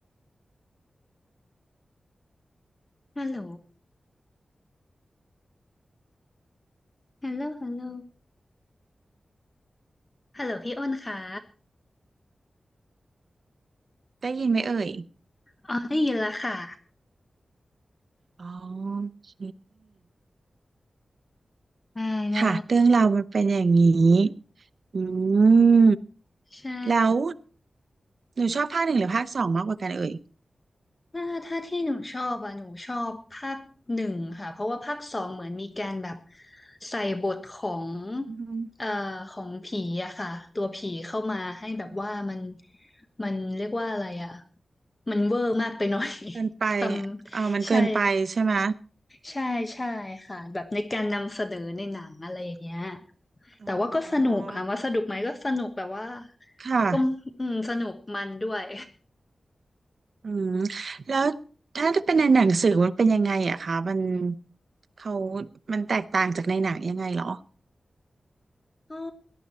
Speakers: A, on the left (about 20°); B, on the right (about 65°).
A: ฮัลโหล ฮัลโหลฮัลโหลฮัลโหลพี่อ้นค่ะ
B: ได้ยินไหมเอ่ย
A: อ๋อได้ยินแล้วค่ะ
B: อ๋อโอเค
A: ได้ได้
B: ค่ะเรื่องราวมันเป็นอย่างนี้อืม
A: ใช่
B: แล้วหนูชอบภาคหนึ่งหรือภาคสองมากกว่ากันเอ่ย
A: ถ้าถ้าที่หนูชอบอ่ะหนูชอบภาคหนึ่งค่ะ เพราะว่าภาคสองเหมือนมีการแบบใส่บทของ
B: อืม
A: เอ่อของผีอะค่ะ ตัวผีเข้ามาให้แบบว่ามัน
B: ค่ะ
A: มันเรียกว่าอะไรอะมันเวอร์มากไปหน่อย
B: เกินไป
A: <laughs> ฟัง
B: เออมันเกินไปใช่ไหม
A: ใช่ ใช่ใช่ค่ะแบบในการนำเสนอในหนังอะไรอย่างเงี้ย
B: อ๋
A: แต่ว่าก็สนุกถามว่าสนุกไหมก็สนุกแบบว่า
B: อค่ะ
A: ก็อืมสนุกมันด้วย
B: อืมแล้วถ้าจะเป็นในหนังสือมันเป็นยังไงอะคะมันเขามันแตกต่างจากในหนังยังไงเหรอ
A: ก็